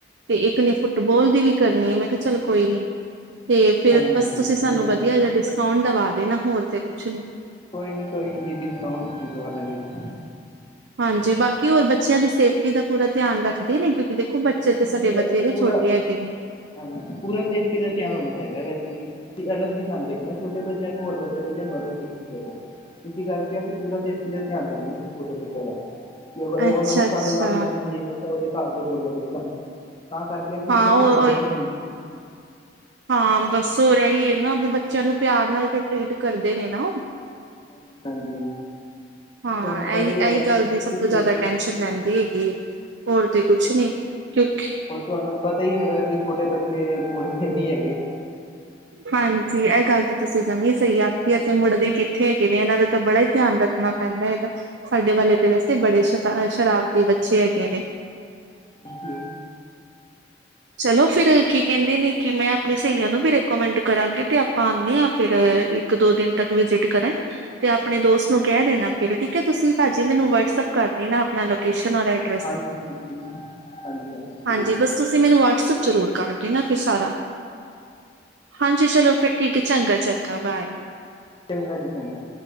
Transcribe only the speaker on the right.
ਤੇ ਇੱਕ ਨੇ ਫੁੱਟਬੋਲ ਦੀ ਵੀ ਕਰਨੀ ਐ ਮੈਂ ਕਿਆ ਚੱਲ ਕੋਈ ਨੀ। ਤੇ ਫਿਰ
ਬਸ ਤੁਸੀਂ ਸਾਨੂੰ
ਵਦੀਆ ਜਾ ਡਿਸਕਾਊਂਟ ਦਵਾ ਦੇਣਾ ਹੋਰ ਤੇ ਕੁਛ ਨੀ।
ਹਾਂਜੀ ਬਾਕੀ ਹੋਰ ਬੱਚੇਆਂ ਦੀ ਸੇਫਟੀ ਦਾ ਪੂਰਾ ਧਿਆਨ ਰੱਖਦੇ ਨੇ ਕਿਉਂਕਿ ਦੇ
ਖੋ ਬੱਚੇ
ਤੇ ਸਾਡੇ
ਬਥੇਰੇ
ਛੋਟੇ ਹੈਗੇ ਨੇ।
ਅੱਛਾ
ਅੱਛਾ
ਹਾਂ
ਉਹ
ਹਾਂ ਬਸ ਹੋ ਰਿਆ ਈ ਏ ਹਨਾ ਵੀ ਬੱਚੇਆਂ
ਨੂੰ ਪਿਆਰ ਨਾਲ ਤੇ ਟਰੀਟ ਕਰਦੇ ਨੇ ਨਾ ਓ?
ਹਾਂ
ਏਈ,
ਏਈ ਗੱਲ ਦੀ ਸਬ
ਤੋਂ ਜ਼ਾਦਾ
ਟੈਸ਼ਨ ਰੈਂਦੀ ਹੈਗੀ ਏ। ਹੋਰ ਤੇ ਕੁਛ ਨੀ, ਕਿਉਂਕਿ
ਹਾਂਜੀ ਐ ਗੱਲ ਤੇ ਤੁਸੀਂ
ਜਮੀ ਸਹੀ ਆਖੀ ਐ ਤੇ ਮੁੜਦੇ ਕਿੱਥੇ ਹੈਗੇ ਨੇ ਏਨਾਂ ਦੇ ਤਾਂ ਬੜਾ
ਈ ਧਿਆਨ ਰੱਖਣਾ ਪੈਂਦਾ ਹੈਗਾ, ਸਾਡੇ ਵਾਲੇ ਤਾਂ ਵੈਸੇ ਈ ਬੜੇ ਸ਼ਰਾ ਤਾ ਅ ਸ਼ਰਾਰਤੀ ਬੱਚੇ ਹੈਗੇ ਨੇ।
ਚਲੋ ਫਿਰ ਕੀ ਕੈਂਦੇ ਨੇ ਕਿ ਮੈਂ ਆਪਣੀ ਸੇਲੀਆਂ ਨੂੰ ਵੀ ਰਿਕੋਮੈਂਡ ਕਰਾਂ ਕਿਉਂਕਿ ਆਪਾਂ ਆਨੇ ਆਂ ਫਿਰ
ਇੱਕ ਦੋ ਦਿਨ ਤੱਕ ਵਿਜ਼ਿਟ ਕਰਨ। ਤੇ ਆਪਣੇ ਦੋਸਤ ਨੂੰ
ਕੈ ਦੇਣਾ ਫਿਰ ਠੀਕ ਐ ਤੁਸੀਂ ਭਾਜੀ ਮੈਨੂੰ ਵਟਸਅੱਪ ਕਰ ਦੇਨਾ ਆਪਣਾ ਲੋਕੇਸ਼ਨ ਔਰ ਆਈਡੀ।
ਹਾਂਜੀ
ਬਸ ਤੁਸੀਂ ਮੈਨੂੰ ਵਟਸਅੱਪ ਜ਼ਰੂਰ ਕਰ ਦੇਨਾ ਫਿਰ ਸਾਰਾ। ਹਾਂਜੀ ਚਲੋ ਫਿਰ ਠੀਕ ਐ ਚੰਗਾ-ਚੰਗਾ ਬਾਏ।